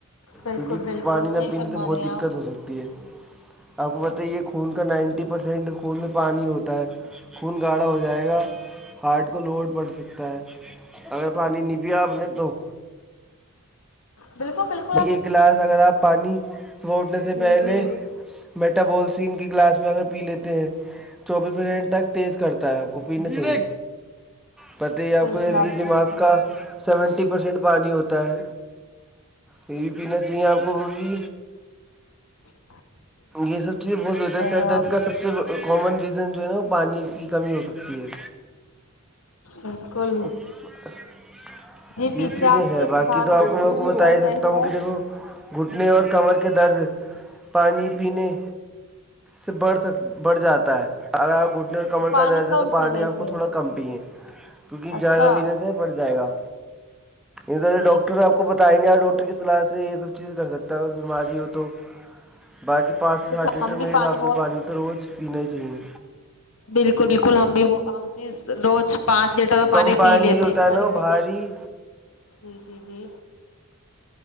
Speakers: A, on the left (about 80°); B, in the centre.
A: بالکل
B: کیونکہ
A: بالکل
B: پانی نہ
A: صحیح
B: پینے
A: فرما
B: سے بہت
A: رہے
B: دقت
A: ہیں آپ
B: ہو سکتی ہے آپ کو بتائیے خون کا نائنٹی پرسینٹ خون میں پانی ہوتا ہے خون گاڑھا ہو جائے گا ہارٹ کو لوڈ پڑ سکتا ہے اگر پانی نہیں پیا آپ نے تو
A: بالکل بالل
B: پ ایک گلاس اگر آپ پانی سوٹنے سے
A: جی
B: پہلے
A: جی
B: میٹبولسین کے گلاس میں اگر پی لیتے ہیں چوبیس منٹ تک تیز کرتا ہے کوپی نہ چلا پت ہی آپ
A: بالکل
B: کوئی دماغ
A: صحیح فرما
B: کا
A: رہے
B: سیونٹی پرسینٹ پانی ہوتا ہے یہ بھی پینا چاہیے آپ کو کوکی
A: ا
B: یہ سب چیزیں بہت ہوتا ہے سر
A: ہیں
B: درد
A: آپ
B: کا سب اس سے کامن ریزن جو ہے نا وہ پانی کی کمی ہو سکتی ہے
A: بالکل
B: ہ <unintelligible>
A: جی
B: یہ
A: پیچھے
B: چیزیں
A: آپ
B: ہے
A: کے
B: باقی
A: پردھان
B: تو آپ
A: منتری
B: کو میں کو
A: جی
B: بتا
A: چل
B: ہی سکتا
A: رہے
B: ہوں
A: ہیں
B: کسی کو گھٹنے اور کمر کے درد پانیانی پینے سے بڑھ سکتے بڑھ جاتا ہے اگر آپ گھٹنے اور کمر کا
A: پانی
B: درد ہے
A: کم
B: تو پانی
A: پینے
B: آپ
A: سے
B: کو تھوڑا کم پیے کیونکہ جیادہ
A: اچھا
B: پینے سے بڑھ جائے گا ادھر
A: جی
B: ڈاکٹر
A: جی
B: ہے آپ کو بتائیں گے آپ ڈاکٹر ڈٹر کی صلاح سے یہ سب چیز کر سکتا ہے اگر بیماری ہو تو باقی پانچ سے ساٹھ
A: دیکھو،
B: لیٹر
A: ہم
B: م
A: بھی
B: حساب سے
A: بہت
B: پانی تو روز پینا ہی چاہیے
A: بالکل بالکل ہم بھی ہم بھی روز پانچ لیٹر
B: کم
A: پانی پی لیتے
B: ہوتا
A: ہماری
B: ہے نا وہ
A: باڈی
B: بھاری
A: جی جی جی